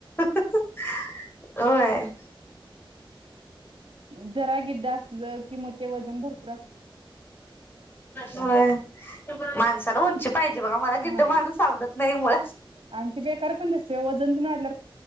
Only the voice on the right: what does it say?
उ जरा गिड्ड असलं कि म ते वजन भर
हा
आणि ते बेकार पण दिसतय ओ वजन तेन वाडल्यावर